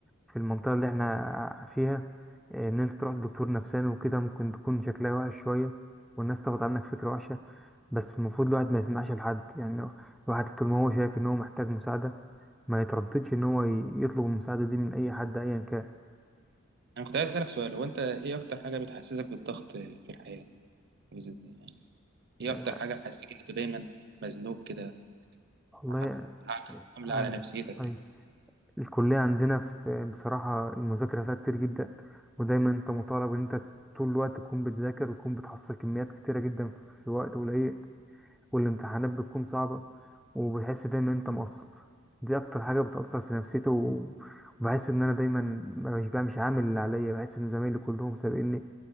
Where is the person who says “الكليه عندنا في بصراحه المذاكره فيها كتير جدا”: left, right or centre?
Centre